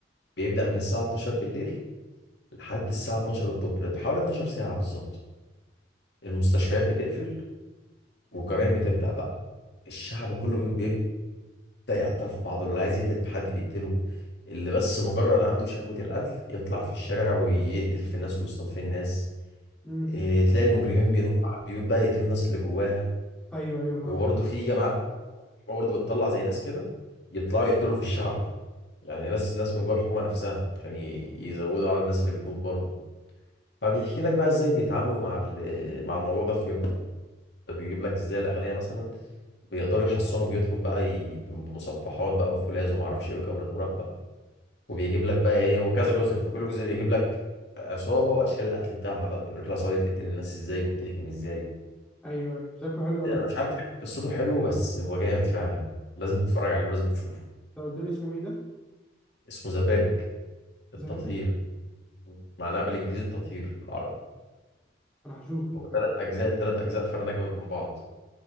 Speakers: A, on the left (about 60°); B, in the centre.
A: بيبدأ من الساعه 12 بالليل لحد الساعه 12 الظهر حوالي 12 ساعه بالظبط المستشفيات بتقفل والجرائم بتبدأ بقى الشعب كله بيبدأ ده يقتل في بعضه اللي عايز يقتل حد بيقتله اللي بس مجرد عنده شهوة القتل يطلع في الشارع ويقتل في الناس ويصطاد في الناس
B: امم
A: إيه تلاقي المجرمين بينطوا على البيوت بقى يقتلوا الناس اللي جواها
B: ايوه ايوه فاهمك
A: وبرضه في جماعات برضه بتطلع زي ناس كده يطلعوا يقتلوا في الشعب يعني ناس ناس من جوه الحكومة نفسها عشان ي- يزودوا على الناس اللي بتموت برضه فبيحكي لك بقى ازاي بيتعاملوا مع ال- مع الموضوع ده في اليوم ده بيجيب لك ازاي الاغنياء مثلا بيقدروا يحصنوا بيوتهم بقى ي- بمصفحات بقى وفولاذ وما اعرفش ايه وكاميرات مراقبة وبيجيب لك بقى ايه هو كذا جزء فكل جزء بيجيب لك عصابه واشكال القتل بتاعها بقى يقول لك العصابه دي بتقتل الناس ازاي وبتهجم ازاي
B: ايوه ايوه شكله حلو قوي
A: انا مش عارف <laughs> قصته حلوه بس هو جامد فعلا لازم تتفرج عليه ولازم تشوفه
B: لو قلت لي اسمه ايه ده؟
A: اسمه ذا بيرج التطهير
B: زبير؟
A: معناه بالانجليزي التطهير بالعربي
B: انا هشوفه
A: هو ثلاث اجزاء ثلاث اجزاء فعلا اجمد من بعض